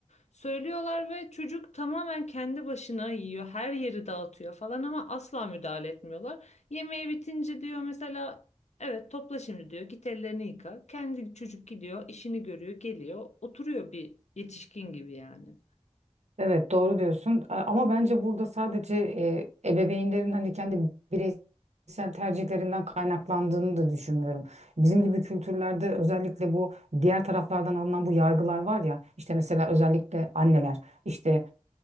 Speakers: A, on the left; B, on the right.
A: Söylüyorlar ve çocuk tamamen kendi başına yiyor. Her yeri dağıtıyor falan ama asla müdahale etmiyorlar. Yemeği bitince diyor mesela evet topla şimdi diyor git ellerini yıka. Kendi çocuk gidiyor işini görüyor geliyor oturuyor bir yetişkin gibi yani.
B: Evet doğru diyorsun A- ama bence burada sadece e, ebeveynlerin hani kendi bireysel tercihlerinden kaynaklandığını da düşünmüyorum. Bizim gibi kültürlerde özellikle bu diğer taraflardan alınan bu yargılar var ya işte mesela özellikle anneler işte